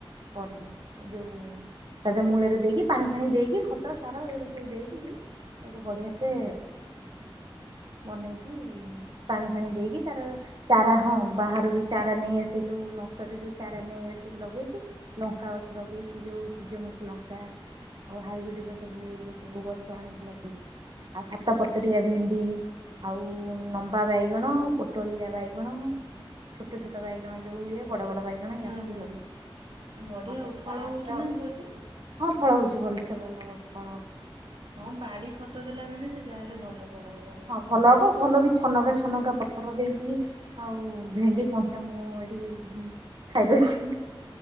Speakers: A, on the right (about 60°); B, on the right (about 75°).
A: କରିନିଏ ଏ ଯୋଉ ତା ଦେହରେ ମୂଳରେ ଦେଇକି ପାଣି ଫାଣି ଦେଇକି ଖତ ସାର ଏଗୁଡା ସବୁ ଦେଇକି ତାକୁ ବଢିଆ ସେ ବନେଇକି ପାଣି ଫାଣି ଦେଇକି ତାର ଚାରା ହଁ ବାହାରୁ ବି ଚାରା ନେଇଆସି ଯୋଉ ନର୍ସରୀରୁୁ ଚାରା ନେଇ ଆସିକି ଲଗେଇଛି। ଲଙ୍କା ଗଛ ଲଗେଇକି ଯୋଉ ସୂର୍ଯ୍ୟମୁଖୀ ଲଙ୍କା ଆଉ ହାଇବ୍ରିଡ ଏରା ସବୁ ଏଗୁରା ସବୁ ଗଛ ଆଣିକି ଲଗେଇଛି ଆଉ ସାତ ପତରିଆ ଭେଣ୍ଡି ଆଉ ନମ୍ବା ବାଇଗଣ, ପୋଟଳିଆ ବାଇଗଣ ଛୋଟ ଛୋଟ ବାଇଗଣ ଯୋଉ ହୁଏ ବଡ ବଡ ବାଇ ଜଣେ ୟାକୁ
B: ହଁ ହଁ
A: ଲଗେଇଛି
B: ବଢିଆ
A: ତା <unintelligible>
B: ଆଉ ଫଳ ହଉଛି
A: ତ
B: ନା ଭଲସେ
A: ହଁ ଫଳ ହଉଛି ଭଲସେ ଭଲ ଫଳ ହଉ
B: ହଁ ବାଡି ଖତ ଦେଲା ମାନେ ସେ ଯାହା ହେଲେ ଭଲ ଫଳ ହ
A: ହଁ ଭଲ ହବ ଭଲ ବି ଛନକା ଛନକା ପତ୍ର ଦେଇଛି ଆଉ ଭେଣ୍ଡି କଞ୍ଚା ମୁଁ ଏଠି ବିନ୍ସ ଖାଇଦଉଛି।